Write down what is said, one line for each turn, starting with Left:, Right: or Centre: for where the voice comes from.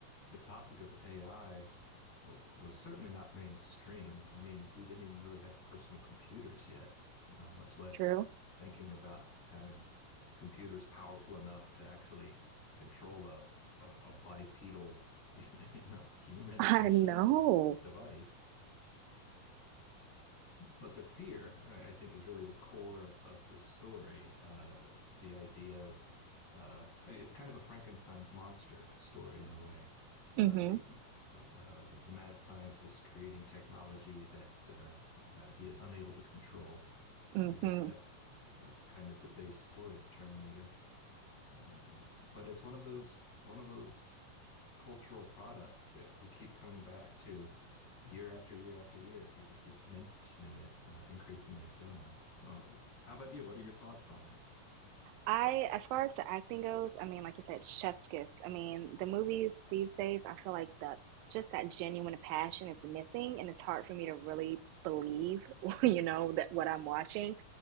Left: the topic of AI was certainly not mainstream. I mean, we didn't even really have personal computers yet, uh, much less
Right: <laughs> True.
Left: thinking about having computers powerful enough to actually control a, a, a bipedal, <laughs> you know, human
Right: I
Left: machine
Right: know.
Left: device but the fear, I, I think, is really the core of, of the story. Uh, the idea of uh, it's kind of a Frankenstein's monster story in a way. Uh,
Right: Mm-hmm.
Left: y- you know, uh, the mad scientist creating technology that uh, uh, he is unable to control,
Right: Mm-hmm.
Left: and I guess that's uh, kind of the base story of Terminator. Um, but it's one of those one of those cultural products that we keep coming back to year after year after year. People keep mentioning it, uh, increasingly so now. Oh, how about you? What are your thoughts on it?
Right: I, as far as the acting goes, I mean, like you said, chef's kiss. I mean, the movies these days, I feel like the just that genuine passion is missing, and it's hard for me to really believe, <laughs> you know, that what I'm watching.